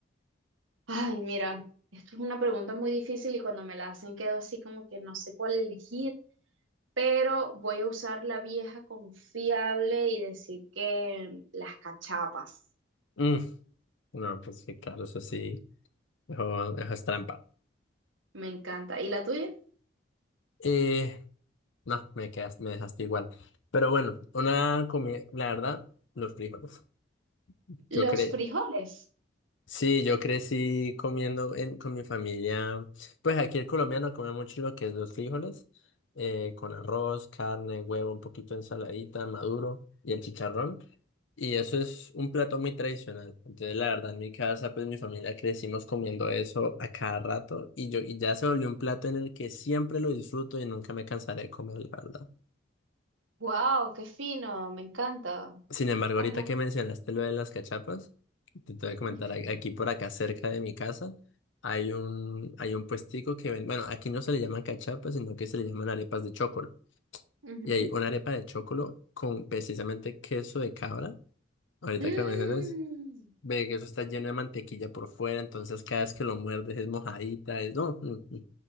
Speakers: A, on the right; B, on the left.
A: Ay, mira, esto es una pregunta muy difícil y cuando me la hacen quedo así como que no sé cuál elegir, pero voy a usar la vieja confiable y decir que las cachapas.
B: Mm, no, pues sí, claro, eso sí, eso, eso es trampa.
A: Me encanta. ¿Y la tuya?
B: Eh, no, me quedas, me dejaste igual. Pero bueno, una comida, la verdad, los frijoles. Yo
A: Los
B: creo,
A: frijoles.
B: Sí, yo crecí comiendo en- con mi familia. Pues aquí el colombiano come mucho lo que es los frijoles, eh, con arroz, carne, huevo, un poquito de ensaladita, maduro y el chicharrón. Y eso es un plato muy tradicional. Entonces, la verdad, en mi casa, pues mi familia crecimos comiendo eso a cada rato y yo y ya se volvió un plato en el que siempre lo disfruto y nunca me cansaré de comer, la verdad.
A: Wow, qué fino, me encanta.
B: Sin embargo,
A: Bueno.
B: ahorita que mencionaste lo de las cachapas. Te voy a comentar,
A: <laughs>
B: a- aquí por acá cerca de mi casa hay un, hay un puestico que vende, bueno, aquí no se le llaman cachapas, sino que se le llaman arepas de chocolo.
A: ujú.
B: Y hay una arepa de chocolo con precisamente queso de cabra. Ahorita
A: Mm,
B: que lo mencionas, ve que eso está lleno de mantequilla por fuera, entonces cada vez que lo muerdes es mojadita, es, no, mm, mm,